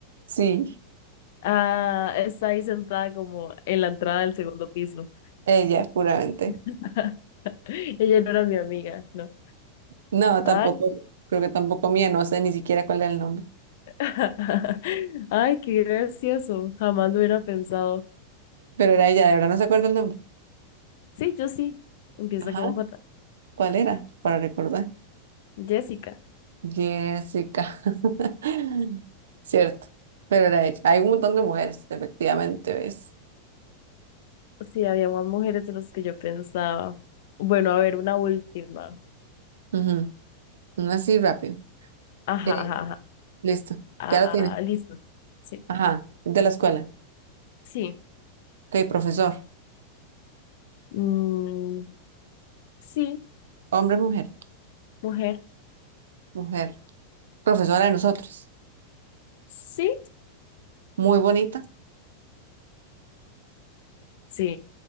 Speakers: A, on the right; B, on the left.
A: Sí,
B: Ah, está ahí sentada como en la entrada del segundo piso.
A: ella, puramente.
B: <laughs> Ella no era mi amiga, no.
A: No, tampoco,
B: Ay,
A: creo que tampoco mía, no sé ni siquiera cuál era el nombre.
B: <laughs> ay, qué gracioso. Jamás lo hubiera pensado.
A: Pero era ella, de verdad no se acuerda el nombre.
B: Sí, yo sí. Empieza
A: Ajá,
B: con J.
A: ¿cuál era? Para recordar.
B: Jessica.
A: Jessica. <laughs> Cierto, pero era ella. Hay un montón de mujeres, efectivamente, ¿ves?
B: Sí, había más mujeres de las que yo pensaba. Bueno, a ver, una última.
A: Ujú, Una así rápido.
B: Ajá,
A: Eh,
B: ajá, ajá.
A: listo,
B: Ah,
A: ya lo tiene.
B: ah, listo. Sí.
A: Ajá, de la escuela.
B: Sí.
A: Ok, profesor.
B: Mm, sí,
A: Hombre, mujer.
B: mujer.
A: Mujer. Profesora de nosotros.
B: Sí.
A: Muy bonita,
B: Sí,